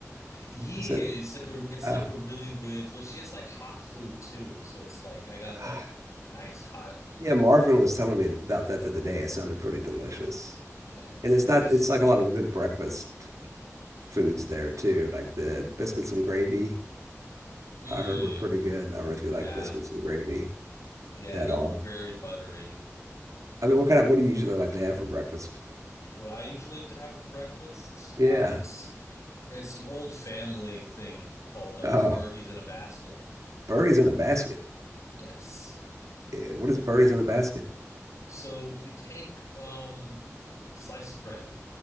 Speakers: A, on the left; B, on the right.
A: Yeah,
B: Is that?
A: it's like a it's
B: Uh,
A: like a really good, like she has like hot food too. So it's like I
B: <sighs>
A: got like
B: ah.
A: a nice hot
B: yeah, Marvin
A: like
B: was telling me about that the other day. It sounded pretty delicious.
A: yeah, it's
B: And
A: good.
B: it's not.
A: It's
B: It's
A: good.
B: like a lot of good breakfast foods there too, like the biscuits and gravy.
A: Mmm.
B: I heard were pretty good. I don't know if you
A: Yeah.
B: like biscuits and gravy
A: Yeah,
B: at
A: they're
B: all.
A: very buttery.
B: I mean, what kind of what do you usually like to have for breakfast?
A: What I usually like to have for breakfast,
B: Yeah.
A: uh, it's it's an old family thing called uh,
B: Oh,
A: birdies in a basket.
B: birdies in a basket.
A: Yes.
B: Eh, What is birdies in a basket?
A: So you take um slice of bread,